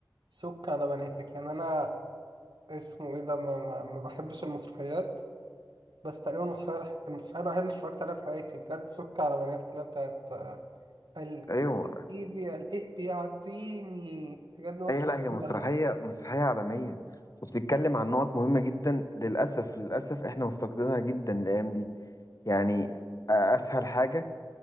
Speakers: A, on the right; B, on the left.
A: سك على بناتك يعني انا اسمه ايه ده ما, ما, ما بحبش المسرحيات بس تقريبا المسرحية المسرحية الوحيدة اللي اتفرجت عليها في حياتي بجد سك على بنات اللي هي بتاعت ال-
B: ايوه
A: ايدي الايه بيعديني بجد مسرحية
B: ايه لا هي
A: جامدة
B: مسرحية
A: أوي
B: مسرحية عالمية وبتتكلم عن نقط مهمة جدا للأسف للأسف احنا مفتقدينها جدا الأيام دي يعني أسهل حاجة